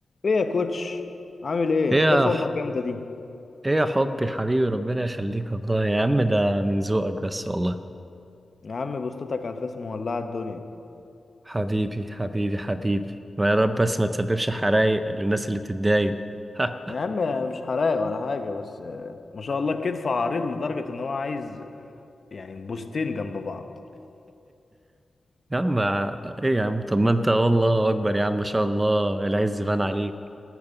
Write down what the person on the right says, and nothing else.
ايه يا
ح-
ايه يا حبي حبيبي ربنا يخليك والله يا عم ده من ذوقك بس والله
حبيبي حبيبي حبيبي ما يا رب بس ما تسببش حرايق للناس اللي بتتضايق <laughs>
يا عم ايه يا عم طب ما انت والله اكبر يا عم ما شاء الله العز بان عليك